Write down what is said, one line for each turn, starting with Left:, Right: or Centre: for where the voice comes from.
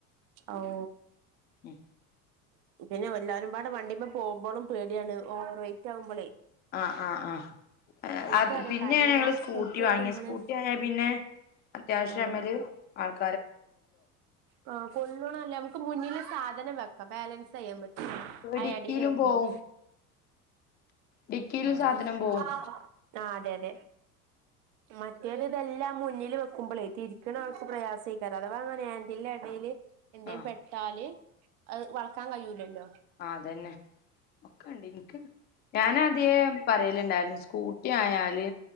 Right: ഔ
Left: ഉം
Right: പിന്നെ എല്ലാരുംപാട് വണ്ടിമ്മ പോകുമ്പോളും പേടിയാണ് ഓവർ വെയറ്റ് ആകുമ്പോളേ
Left: ആഹ് ആഹ് ആഹ്
Right: ഇൻക്കറിയാം
Left: അത് പിന്നെയാണ്
Right: കാരണം
Left: ഞങ്ങള്
Right: ഞാൻ
Left: സ്കൂട്ടി വാങ്ങിയത്
Right: ഓട്ടുമ്പള്
Left: സ്കൂട്ടി വാങ്ങാ പിന്നെ അത്യാവശ്യമ്മൽ
Right: ആഹ്
Left: ആൾകാ
Right: ആ കൊള്ളണംല്ലേ നമുക്ക് മുന്നില സാധനം വെക്ക ബാലൻസ് അയ്യാൻ പറ്റും ആ
Left: ഡിക്കിയിലും
Right: എടിൽ വെക്കുമ്പോ
Left: പോവും ഡിക്കിയിലും
Right: ഉ
Left: സാധനം പോവും
Right: ആ അതെ അതെ മറ്റേരു ഇതെല്ലാം മുന്നിൽ വെക്കുമ്പോളേ തിരിക്കണ അവൾക്ക് പ്രയാസം ഏയ്കാരം അഥവാ അങ്ങനെ ആന്റിൽന്റെ ഇടയിൽ എന്തേും
Left: ആഹ്
Right: പെട്ടാല് അത് വളക്കാൻ കഴിയൂലല്ലോ
Left: ആ അതന്നെ ഒക്കെണ്ട് എനിക്ക് ഞാന ആദ്യേ പറയലുണ്ടായിരുന്നു സ്കൂട്ടി ആായാല്